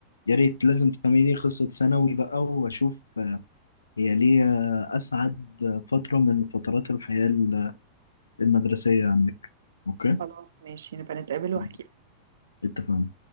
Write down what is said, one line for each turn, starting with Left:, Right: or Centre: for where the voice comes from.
Left: يا ريت لازم تفهمي لي قصة ثانوي بقى واشوف آه، هي ليه آه، اسعد آه، فترة من فترات الحياة ال- المدرسية عندك اوكي
Right: خلاص ماشي نبقى نتقابل واحكي
Left: خلاص، اتفقنا